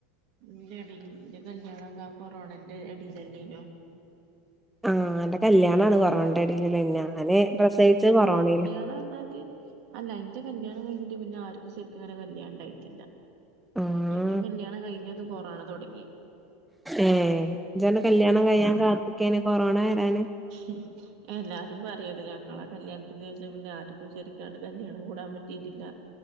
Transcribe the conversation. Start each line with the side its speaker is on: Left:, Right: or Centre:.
Right: ഇല്ലെടി ന്റെ കല്യാണോ ക്കആ കൊറോണെ ന്റെ അടിൽല ല്ലേനോ
Centre: ആഹ് അ ന്റെ കല്യാണണ് കൊറോണന്റെ ഇടയിലല്ലേ ഞാന് പ്രസവിച്ച കൊറോണേല
Right: ആണന്നാല് അല്ല ഇന്റെ കല്യാണം കഴ്ഞ്ഞിട്ട് പിന്നെ ആർക്കും സെരിക്കങ്ങനെ കല്യാണണ്ടായിട്ടില്ല.
Centre: ആഹ്
Right: ഞങ്ങളെ കല്യാണകഴിഞ്ഞതും കൊറോണ തൊട്ങ്ങി
Centre: ഏഹ് ഇജന്റെ കല്യാണം കഴിയാൻ കാത്ത്ക്കേന് കൊറോണ വരാന്
Right: ഉ എല്ലാരും പറയത് ഞങ്ങളെ കല്യാണ്ത്തിന്റെ ശേഷം പിന്നെ ആർക്കും ശരിക്കണ്ട് കല്യാണം കൂടാൻ പറ്റിയിട്ടില്ല